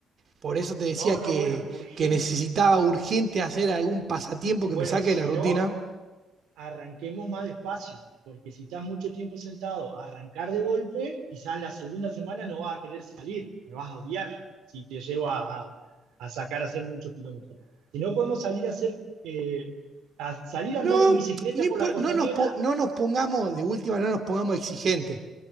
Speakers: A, on the right; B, on the right.
A: Por eso te decía
B: No, no,
A: que,
B: bueno, urgente.
A: que necesitaba urgente hacer algún pasatiempo
B: Bueno,
A: que me saque
B: si
A: de la rutina.
B: no, arranquemos más despacio, porque si estás mucho tiempo sentado, arrancar de golpe, quizás la segunda semana no vas a querer salir, me vas a odiar si te llevo a, a, a sacar a hacer muchos kilómetros. Si no podemos salir a hacer, eh, a salir a
A: No,
B: andar en bicicleta
A: ni
B: por
A: por-
B: la costanera,
A: no nos, po- no nos pongamos, de última, no nos pongamos exigentes.